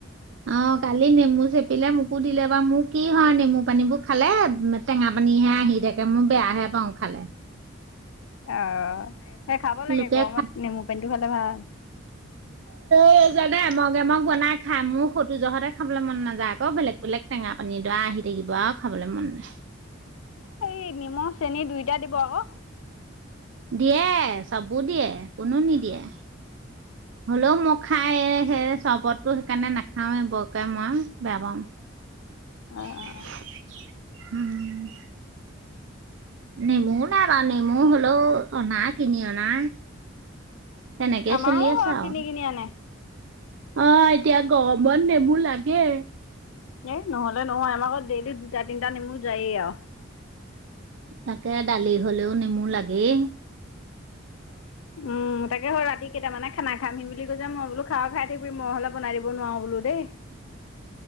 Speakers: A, on the right; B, on the left.
A: অ কালি নেমু চেপিলে মোকো দিলে বাৰু মোৰ কি হয় নেমু পানীবোৰ খালে মান টেঙা পানীহে আহি থাকে মোৰ বেয়াহে পাওঁ খালে।
B: অ এই খাব লাগে
A: লোকে
B: গৰমত
A: খা-
B: নেমু পানীটো খালে ভাল।
A: <unintelligible> এ মগ, এ মগ বনাই খাই মোৰ <unintelligible> জহতে খাবলৈ মন নাযায় আকৌ বেলেগ বেলেগ। টেঙা পানী দুৰা আহি থাকিব আৰু খাবলৈ মন নাই।
B: এই নিমখ চেনি দুইটা দিব আকৌ।
A: দিয়ে চাববোৰ দিয়ে কোনো নিদিয়ে। হ'লেও মই খাই সেই চৰ্বতো সেইকাৰণে নাখাওঁয়ে বৰকে মই বেয়া পাওঁ। <inaudible>
B: অ'। অ
A: নেমুও নাইবা নেমু হলেও অনা কিনি অনা। তেনেকে
B: আমাৰো
A: চলি আছে
B: হয়
A: আৰু।
B: কিনি কিনি আনে
A: অ এতিয়া গৰমত নেমু লাগে
B: এ নহ'লে নহয় আমাৰ ঘৰত ডেইলি দুটা তিনিটা নমু যায়েই আৰু
A: তাকে দালি হ'লেও নেমু লাগেই
B: উম তাকে হ ৰাতি কেইটামানে খানা খামহি বুলি কৈ যে মই বোলো খাৱা খাই থাকিবি মই হ'লে বনাই দিব নোৱাৰো বোলো দেই